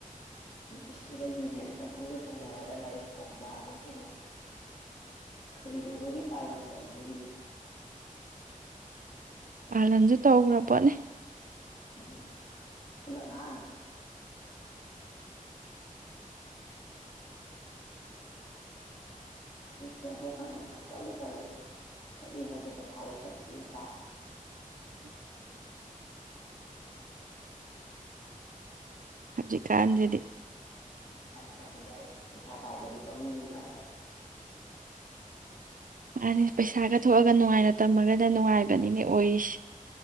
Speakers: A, on the left; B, on the right.
A: ꯏꯁꯇꯨꯗꯦꯟ ꯌꯨꯅꯤꯌꯟ ꯀꯥꯡꯕꯨꯒ ꯁꯝꯅꯔꯒ ꯂꯥꯏꯔꯤꯛ ꯐꯣꯡꯕ ꯍꯥꯏꯕ꯭ꯔꯥ ꯀꯩꯅꯣ ꯀꯔꯤꯅꯣꯕꯒꯤ ꯄꯥꯂꯟ ꯇꯧꯗꯣꯔꯤ
B: ꯄꯥꯂꯟꯁꯨ ꯇꯧꯈ꯭ꯔ ꯄꯣꯠꯅꯦ
A: ꯎꯝ ꯈꯨꯂꯒ ꯍꯥꯏꯦ ꯂꯔꯤꯛ ꯆꯣꯡꯕ ꯐꯪꯉꯦ ꯄꯪꯇꯧꯗꯤ ꯇꯧꯏꯤ ꯆꯠꯅꯤꯡꯉꯁꯨ ꯄꯩꯁꯥ ꯂꯩꯇꯕꯅꯤꯅ ꯏꯀꯥꯏ
B: ꯍꯧꯖꯤꯛꯀꯥꯟꯁꯤꯗꯤ
A: ꯂꯥꯛꯏꯁꯦ ꯄꯩꯁꯥ ꯄꯥꯏꯕꯗꯗꯤ ꯄꯪꯅꯨꯡ ꯅꯨꯡꯉꯥꯏꯕ
B: ꯃꯥ ꯄꯩꯁꯥꯒ ꯊꯣꯛꯑꯒ ꯅꯨꯡꯉꯥꯏꯅ ꯇꯝꯃꯒꯅ ꯅꯨꯡꯉꯥꯏꯕꯅꯤꯅꯦ ꯑꯣꯏꯔꯤꯁꯤ